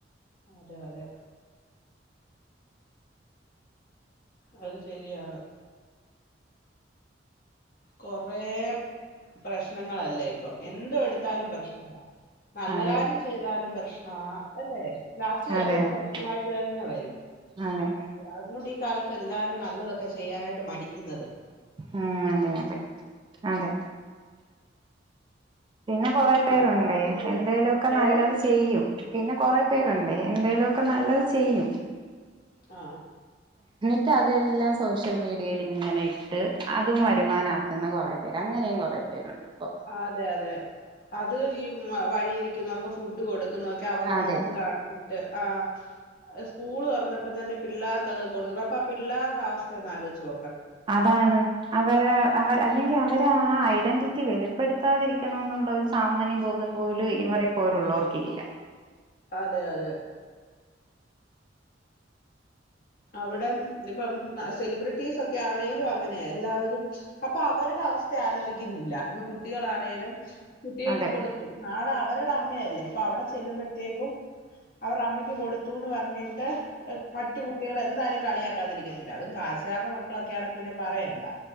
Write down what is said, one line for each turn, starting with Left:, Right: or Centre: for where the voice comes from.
Left: അതെ അതെ അത് ശരിയാണ് കൊറേ പ്രശ്നങ്ങളല്ലേ ഇപ്പം എന്ത് എട്ത്താലും പ്രശ്നമാ നല്ല
Right: അതെ
Left: കാര്യം ചെയ്താലും പ്രശ് ണാ അല്ലേ ലാസ്റ്റ്
Right: അതെ
Left: അതൊരു
Right: അതെ
Left: പ്രശ്നമായിട്ടെന്നെ വരും
Right: അതെ
Left: അതുകുടി കാല ഇപ്പെല്ലാരും നല്ലതൊക്കെ ചെയ്യാനായിട്ട് മടിക്ക്ന്നത്.
Right: ഉം അതെ അതെ അതെ പിന്നെ കൊറെ
Left: മ
Right: പേരുണ്ടേ
Left: മറ്റുള്ള
Right: എന്തേലുമ ഒക്കെ നല്ലത്
Left: ഏഹ്
Right: ചെയ്യും പിന്നെ കൊറെ പേരുണ്ട്േ എന്തേലുമ ഒക്കെ നല്ലത് ചെയ്യും
Left: ആ
Right: മറ്റേ അതെല്ലാം സോഷ്യൽ മീഡിയയിൽ ഇങ്ങനെ അതും വരുമാന കുറേ പേർ അങ്ങനെയും കുറേ പേരുണ്ട് ഇപ്പൊ
Left: അതെ അതെ അത് ഈ വഴി നിൽിക്കുന്നവർക്ക് ഫുഡ് കൊടുക്കും അവെര
Right: അതെ
Left: മുഖം കാണിച്ചിട്ട് ആ സ്കൂൾതുറ പ്പം തന്നെ പിള്ളേർക്കൊക്കെ കൊടുക്കണം അപ്പ ആ പിള്ളേരുടെ അവസ്ഥ ഒന്ന് ആലോചിച്ചോ
Right: അതാണ് അവർ അവ അല്ലെങ്കിൽ അവരെ ആ ഐഡന്റിറ്റി റ്റി വെളിപ്പെടുത്താതിരിക്കണ എന്നുള്ള ഒരു സാമാന്യ ബോധം പോലും ഈവരെ പോലുള്ളവർക്കില്ല
Left: അതെ അതെ അവിടെ ഇപ്പം സെലിബ്രിറ്റീസ് ഒക്കെ ആണേലും അങ്ങനെ എല്ലാവരും അപ്പൊ അവരുടെ അവസ്ഥ ആലോചിക്കുന്നില്ല ഇപ്പൊ കുട്ടികളാണേലും കുട്ടികൾക്ക്
Right: അതെ
Left: കൊടുത്തു നാളെ ഇവരട അമ്മയല്ലേ അപ്പൊ അവിടെ ചെല്ലുമ്പോഴത്തേക്കും അവർ അമ്മയ്ക്ക് കൊടുത്തുന്ന് പറഞ്ഞിട്ട് മറ്റ <unintelligible> കുട്ടികൾ എന്തായാലും കളിയാക്കാതിരിക്കത്തില്ല അതും കാശാാരടെ മക്കളൊക്കെയ ആാണ് പിന്നെ പറയേണ്ട